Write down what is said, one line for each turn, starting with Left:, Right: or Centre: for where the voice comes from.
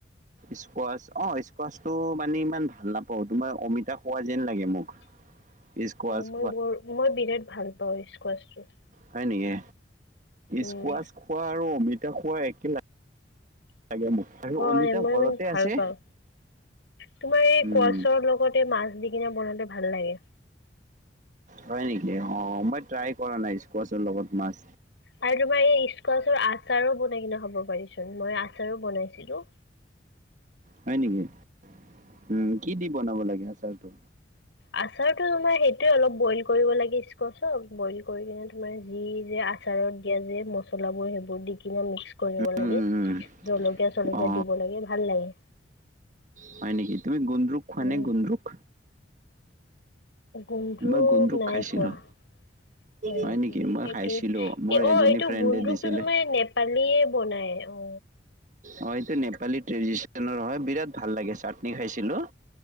Right: স্কোৱাচ অঁ স্কোৱাচটো মানে ইমান ভাল নাপাওঁ। তোমাৰ অমিতা খোৱা যেন লাগে মোক।
Left: উ
Right: স্কুৱাজ
Left: মই বৰ- মই বিৰাট ভাল পাওঁ স্কোৱাচটো।
Right: হয় নেকি?
Left: উম
Right: স্কোৱাচ খোৱা আৰু অমিতা খোৱা একে লাগ্ লাগে মোক।
Left: হয়
Right: অমিতা
Left: মই
Right: ঘৰতে
Left: মানে ভাল
Right: আছে
Left: পাওঁ। তোমাৰ এই স্কুৱাছৰ
Right: উম
Left: লগত তে মাছ দিকিনে বনালে ভাল লাগে।
Right: হয় নেকি? অঁ মই ট্ৰাই কৰা নাই স্কোৱাচৰ লগত মাছ।
Left: তাৰ তোমাৰ এই স্কোৱাচৰ আচাৰো বনাই কিনে খাব পাৰিচোন। মই আচাৰো বনাইছিলোঁ।
Right: হয় নেকি? উম, কি দি বনাব লাগে আচাৰটো?
Left: আচাৰতো তোমাৰ সেইটোৱে অলপ বইল কৰিব লাগে স্কচক। বইল কৰি কিনে তোমাৰ যি যে আচাৰত দিয়া যে মচলাবোৰ সেইবোৰ দি কিনে মিক্স কৰিব
Right: উম
Left: লাগে
Right: উম উম
Left: জলকীয়া- চলকীয়া
Right: অ
Left: দিব লাগে ভাল লাগে।
Right: হয় নেকি? তুমি গোণ্ড্ৰুক খোৱা
Left: উম
Right: নে গোণ্ড্ৰুক?
Left: গুন্দ্ৰুক্
Right: মই গুন্দৰুক
Left: নাই
Right: খাইছিলোঁ
Left: খোৱা। হয়
Right: হয়
Left: নেকি?
Right: মই
Left: এইটো
Right: খাইছিলোঁ মোৰ
Left: অ
Right: এজনী
Left: এইটো
Right: ফ্ৰেণ্ডে
Left: গুণ্ড্ৰুক্
Right: দিছিলে
Left: তোমাৰ নেপ নেপালীয়ে বনায় অঁ।
Right: অঁ এইটো নেপালীৰ ট্ৰেডিচনেল হয় বিৰাট ভাল লাগে চাটনি খাইছিলোঁ।